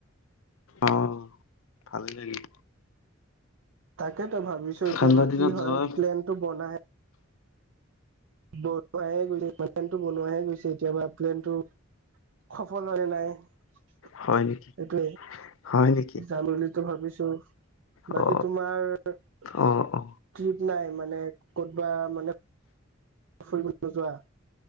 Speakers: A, on the left; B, on the right.
A: অ ভালেই লাগে।
B: তাকেতো ভাবিছো এতিয়াবা
A: ঠাণ্ডা দিনত
B: কি হয়
A: যোৱা
B: প্লেনটো বনাহে। বনোৱে গৈছে পলেনটো বনোৱাহে গৈছে এতিয়াবা প্লেনটো সফল হয় নাই। এইটোৱে
A: হয় নেকি হয় নেকি
B: জানো। ভাবিছো। বাকী
A: অ
B: তোমাৰ ট্ৰিপ
A: অ অ
B: নাই মানে ক'তবা মানে। ফুৰিব নোযোৱা।